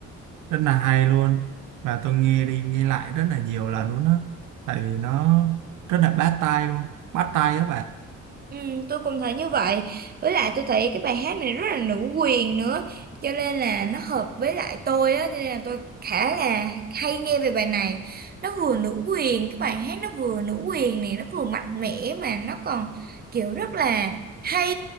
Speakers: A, on the right; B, on the right.
A: rất là hay luôn và tôi nghe đi nghe lại rất là nhiều lần luôn á tại vì nó rất là bắt tai luôn bắt tai các bạn
B: ừ, tôi cũng thấy như vậy với lại tôi thấy cái bài hát này rất là nữ quyền nữa cho nên là nó hợp với lại tôi á cho nên là tôi khá là hay nghe về bài này nó vừa nữ quyền cái bài hát nó vừa nữ quyền này nó vừa mạnh mẽ mà nó còn kiểu rất là hay